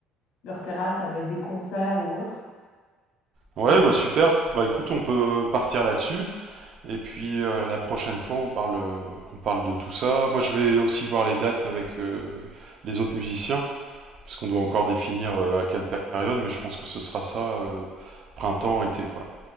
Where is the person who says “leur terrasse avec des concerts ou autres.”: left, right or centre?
Left